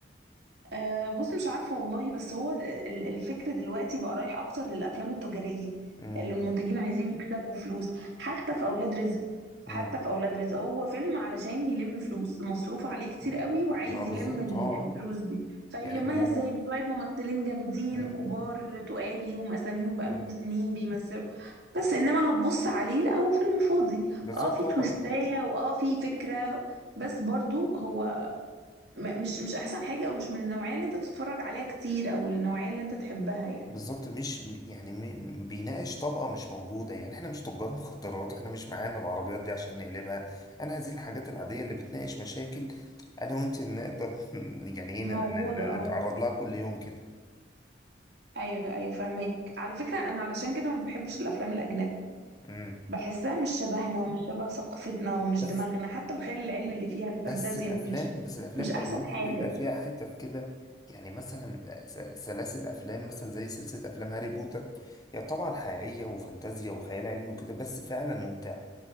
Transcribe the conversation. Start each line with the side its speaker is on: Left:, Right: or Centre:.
Right: أه بص مش عارفة والله بس هو ال- الفكر دلوقتي بقى رايح أكتر للأفلام التجارية
Left: امم
Right: اللي المنتجين عايزين يكسبوا فلوس حتى في أولاد رزق حتى
Left: امم
Right: في أولاد رزق هو فيلم علشان يلم فلوس مصروف عليه كتير
Left: إمم.
Right: قوي وعايز
Left: ما بالظبط
Right: يلم ال-
Left: اه آه.
Right: الفلوس دي فيلمها
Left: يعني هو
Right: ازاي
Left: هو
Right: بشوية ممثلين جامدين
Left: مم.
Right: كبار تقال ليهم أساميهم بقالهم
Left: مم.
Right: سنين بيمثلوا بس إنما هتبص عليه لا هو فيلم فاضي
Left: بالظبط
Right: اه في
Left: هو
Right: تويستاية
Left: ما-
Right: واه في فكرة بس برضو هو م- مش مش احسن حاجة او مش من النوعية اللي انت تتفرج عليها كتير او النوعية اللي انت تحبها يعني
Left: بالظبط مش م- يعني م- بيناقش طبقه مش موجوده يعني احنا مش تجار مخدرات احنا مش معانا العربيات دي عشان نقلبها انا هذه الحاجات العاديه اللي بتناقش مشاكل انا وانت نقدر <laughs> يعني ايه
Right: موجودة
Left: ن- ن-
Right: اه
Left: نتعرض لها كل يوم كده
Right: ايوه ايوه فاهمك على فكرة انا علشان كده ما بحبش الافلام الاجنبي
Left: امم
Right: بحسها مش شبهنا ومش شبه ثقافتنا ومش
Left: بس
Right: دماغنا حتى الخيال العلمي اللي فيها الفانتازيا
Left: بس الافلام
Right: مش
Left: بس الافلام
Right: مش
Left: الاجنبي
Right: احسن حاجة
Left: بيبقى فيها حتت كده يعني مثلا س- سلاسل افلام مثلا زي سلسله افلام هاري بوتر هي يعني طبعا حقيقيه وفانتازيا وخيال علمي وكده بس فعلا ممتعه